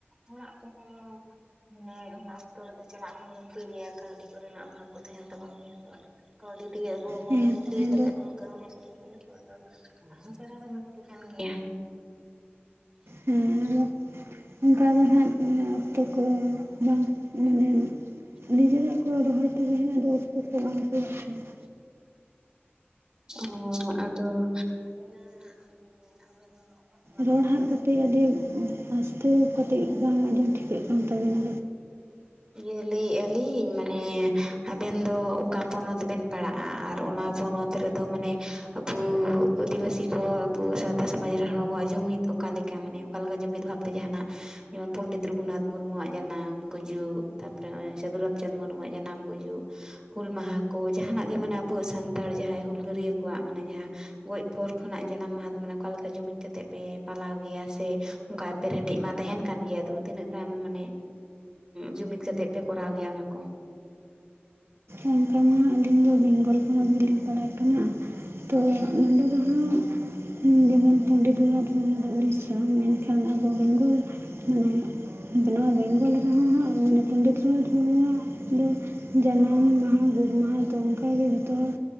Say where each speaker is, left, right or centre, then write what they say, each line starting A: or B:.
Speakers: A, on the right (about 20°); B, on the right (about 75°).
A: ᱚᱲᱟᱜ ᱠᱚᱦᱚᱸ ᱱᱮ ᱚᱱᱠᱟ ᱚᱠᱛᱚ ᱨᱮᱠᱚ ᱪᱟᱞᱟᱜ ᱦᱚᱸ ᱞᱟᱹᱠᱛᱤ ᱜᱮᱭᱟ ᱠᱟᱹᱣᱰᱤ ᱠᱚᱨᱮᱱᱟᱜ ᱚᱵᱷᱟᱵ ᱠᱚ ᱛᱟᱦᱮᱱ ᱛᱟᱵᱚᱱ ᱜᱮᱭᱟ ᱛᱚ᱾ ᱠᱟᱹᱣᱰᱤ ᱫᱤᱭᱮ ᱟᱵᱚ ᱦᱚᱸᱵᱚᱱ
B: ᱦᱮᱸ ᱛᱟᱦᱮᱸ
A: ᱞᱤᱭ ᱠᱟᱛᱮᱫ
B: ᱫᱚ
A: ᱵᱚᱱ ᱠᱟᱹᱢᱤ ᱦᱚᱪᱟ <unintelligible> ᱭᱟ ᱛᱚ᱾ ᱟᱫᱚ ᱥᱮᱲᱟ ᱫᱚ ᱞᱟᱹᱠᱛᱤ ᱠᱟᱱ ᱜᱮᱭᱟ᱾
B: ᱦᱮᱸ ᱟᱫᱚ ᱚᱱᱠᱟ ᱜᱮ ᱦᱟᱸᱜ, ᱦᱮᱸ ᱚᱠᱛᱚ ᱠᱚ ᱵᱟᱝ ᱢᱟᱱᱮ ᱱᱤᱡᱮᱨᱟᱜ ᱠᱚ ᱨᱚᱦᱚᱭ ᱛᱟᱦᱮᱱᱟ, ᱟᱫᱚ ᱚᱠᱛᱚ ᱠᱚ ᱵᱟᱝ ᱚᱯᱷᱥᱚᱨᱚᱜ ᱛᱟᱦᱮᱱᱟ᱾
A: ᱚ ᱟᱫᱚ, ᱟᱵᱮᱱᱟ <unintelligible> ᱟᱵᱮᱱ ᱫᱚ᱾ ᱚᱠᱟ ᱯᱚᱱᱚᱛ
B: ᱨᱚᱲ
A: ᱵᱮᱱ ᱯᱟᱲᱟᱜ
B: ᱦᱟᱸᱜ ᱠᱟᱴᱤᱡ ᱟᱹᱰᱤ ᱟᱥᱛᱮ ᱠᱟᱹᱴᱤᱡ ᱵᱟᱝ ᱟᱸᱡᱚᱢ ᱴᱷᱤᱠᱟᱹᱜ ᱠᱟᱱ ᱛᱟᱵᱤᱱᱟ᱾
A: ᱤᱭᱟᱹ ᱞᱟᱹᱭᱮᱫᱼᱟ ᱞᱤᱧ, ᱢᱟᱱᱮ ᱟᱵᱮᱱ ᱫᱚ ᱚᱠᱟ ᱯᱚᱱᱚᱛ ᱵᱮᱱ ᱯᱟᱲᱟᱜᱼᱟ, ᱟᱨ ᱚᱱᱟ ᱯᱚᱱᱚᱛ ᱚᱱᱛᱮ ᱨᱮᱫᱚ ᱢᱟᱱᱮ ᱟᱵᱚ ᱟᱹᱫᱤᱵᱟᱹᱥᱤ ᱠᱚ ᱟᱵᱚ ᱥᱟᱶᱛᱟ ᱥᱚᱢᱟᱡᱽ ᱨᱮᱱ ᱦᱚᱲ ᱠᱚᱣᱟᱜ ᱡᱩᱢᱤᱫ ᱚᱠᱟ ᱞᱮᱠᱟ? ᱢᱟᱱᱮ ᱚᱠᱟ ᱞᱮᱠᱟ ᱡᱩᱢᱤᱫ ᱵᱷᱟᱵᱛᱮ ᱡᱟᱦᱟᱱᱟᱜ, ᱡᱮᱢᱚᱱ ᱯᱚᱱᱰᱤᱛ ᱨᱚᱜᱷᱩᱱᱟᱛᱷ ᱢᱩᱨᱢᱩᱣᱟᱜ ᱡᱟᱱᱟᱢ, ᱜᱩᱡᱩᱜ ᱛᱟᱨᱯᱚᱨᱮ ᱱᱚᱸᱜᱼᱚᱭ ᱥᱟᱹᱫᱷᱩ ᱨᱟᱢᱪᱟᱸᱫᱽ ᱢᱩᱨᱢᱩᱣᱟᱜ ᱡᱟᱱᱟᱢ, ᱜᱩᱡᱩᱜ ᱦᱩᱞ ᱢᱟᱦᱟ ᱠᱚ, ᱡᱟᱦᱟᱱᱟᱜ ᱜᱮ ᱢᱟᱱᱮ ᱟᱵᱚᱣᱟᱜ ᱥᱟᱱᱛᱟᱲ ᱡᱟᱦᱟᱸᱭ ᱦᱩᱞᱜᱟᱹᱨᱤᱭᱟᱹ ᱠᱚᱣᱟᱜ, ᱢᱟᱱᱮ ᱡᱟᱦᱟᱸ ᱜᱚᱡ ᱯᱳᱨ ᱠᱷᱚᱱᱟᱜ ᱡᱟᱱᱟᱢ ᱢᱟᱦᱟ, ᱫᱚ ᱢᱟᱱᱮ ᱚᱠᱟ ᱞᱮᱠᱟ ᱡᱩᱢᱤᱫ ᱠᱟᱛᱮᱜ ᱯᱮ ᱯᱟᱞᱟᱣ ᱜᱮᱭᱟ, ᱥᱮ ᱚᱱᱠᱟ ᱯᱮᱨ ᱦᱮᱰᱤᱡ ᱢᱟ ᱛᱟᱦᱮᱱ ᱠᱟᱱ ᱜᱮᱭᱟ᱾ ᱟᱫᱚ ᱛᱤᱱᱟᱹᱜ ᱜᱟᱱ ᱢᱟᱱᱮ, ᱡᱩᱢᱤᱫ ᱠᱟᱛᱮᱜ ᱯᱮ ᱠᱚᱨᱟᱣ ᱜᱮᱭᱟ ᱚᱱᱟ ᱠᱚ?
B: ᱚᱱᱠᱟ ᱢᱟ ᱟᱹᱞᱤᱧ ᱫᱚ ᱵᱮᱝᱜᱚᱞ ᱯᱚᱱᱚᱛ ᱜᱮᱞᱤᱧ ᱯᱟᱲᱦᱟᱜ ᱠᱟᱱᱟ᱾ ᱛᱚ ᱱᱚᱸᱰᱮ ᱫᱚ ᱦᱟᱸᱜ ᱡᱮᱢᱚᱱ ᱯᱚᱱᱰᱤᱛ ᱨᱚᱜᱷᱩᱱᱟᱛᱷ ᱢᱩᱨᱢᱩ ᱫᱚ ᱩᱲᱤᱥᱥᱟ, ᱢᱮᱱᱠᱷᱟᱱ ᱟᱵᱚ ᱵᱮᱝᱜᱚᱞ ᱢᱟᱱᱮ ᱱᱚᱣᱟ ᱵᱮᱝᱜᱚᱞ ᱨᱮᱦᱚᱸ ᱦᱟᱸᱜ, ᱢᱟᱱᱮ ᱯᱚᱱᱰᱤᱛ ᱨᱚᱜᱷᱩᱱᱟᱛᱷ ᱢᱩᱨᱢᱩᱣᱼᱟᱜ ᱫᱚ ᱡᱟᱱᱟᱢ ᱢᱟᱦᱟ ᱟᱨ ᱜᱩᱨ ᱢᱟᱦᱟ ᱫᱚ ᱚᱱᱠᱟᱜᱮ ᱡᱷᱚᱛᱚ ᱦᱚᱲ